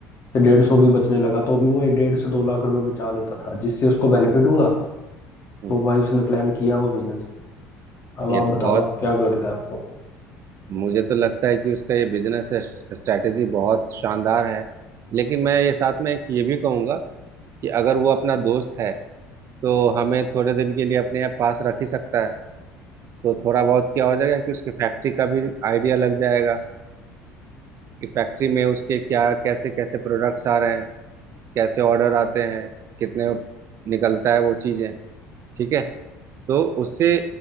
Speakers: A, on the left; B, on the right.
A: से डेढ़ सौ भी बचने लगा तो भी वो ये डेढ़ से दो लाख रुपए बचा लेता था जिससे उसको बेनिफिट हुआ
B: हम्म,
A: तो भाई उसने प्लान किया वो बिजनेस अब
B: ये
A: आप
B: तो
A: बताओ
B: बहुत
A: आप क्या लगता है आपको
B: मुझे तो लगता है कि उसका ये बिजनेस स्ट्रैटेजी बहुत शानदार है लेकिन मैं ये साथ में एक ये भी कहूंगा कि अगर वो अपना दोस्त है तो हमें थोड़े दिन के लिए अपने पास रख ही सकता है तो थोड़ा बहुत क्या हो जाएगा कि उसके फैक्ट्री का भी आइडिया लग जाएगा कि फैक्ट्री में उसके क्या कैसे कैसे प्रोडक्ट्स आ रहे हैं कैसे ऑर्डर आते हैं कितने निकलता है वो चीजें ठीक है तो उससे